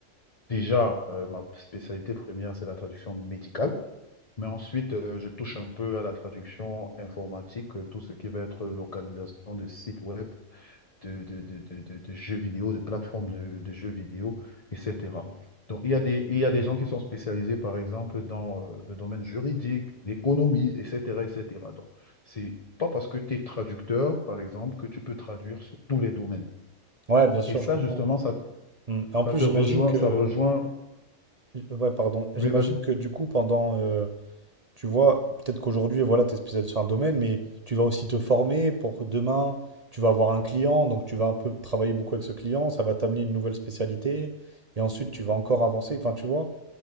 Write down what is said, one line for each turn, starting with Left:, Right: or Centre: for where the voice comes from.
Left: Déjà, euh, ma spécialité première, c'est la traduction médicale. Mais ensuite, euh, je touche un peu à la traduction informatique, euh, tout ce qui va être localisation de sites web, de, de, de- de- de- de jeux vidéo, de plateformes de, de jeux vidéo, etc. Donc, il y a des, il y a des gens qui sont spécialisés, par exemple, dans euh, le domaine juridique, l'économie, etc., etc. Donc, c'est pas parce que tu es traducteur, par exemple, que tu peux traduire sur tous les domaines.
Right: Ouais, bien sûr,
Left: Et ça,
Right: je comprends.
Left: justement, ça,
Right: Mm. En
Left: ça
Right: plus,
Left: te
Right: j'imagine
Left: rejoint,
Right: que,
Left: ça rejoint.
Right: ouais, pardon, j'imagine
Left: Oui, vas-y.
Right: que du coup, pendant, euh, Tu vois, peut-être qu'aujourd'hui, voilà, tu es spécialisé sur un domaine, mais tu vas aussi te former pour que demain, tu vas avoir un client, donc tu vas un peu travailler beaucoup avec ce client, ça va t'amener une nouvelle spécialité, et ensuite tu vas encore avancer. Enfin, tu vois,